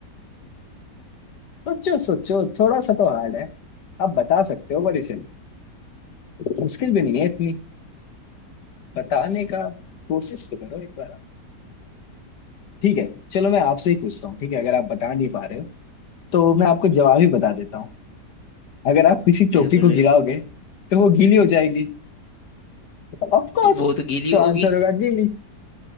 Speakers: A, on the left; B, on the left.
A: सोचो सोचो थोड़ा सा तो हार्ड है आप बता सकते हो पर इसे मुश्किल भी नहीं है इतनी बताने का कोशिश तो करो एक बार ठीक है चलो मैं आपसे ही पूछता हूँ ठीक है अगर आप बता नहीं पा रहे हो तो मैं आपको जवाब ही बता देता हूँ अगर आप किसी टोपी
B: बिल्कुल
A: को
B: बिल्कुल
A: गिराओगे तो वो गीली हो जाएगी ऑफ कोर्स
B: तो वो तो गीली
A: तो
B: होगी
A: आंसर होगा गीली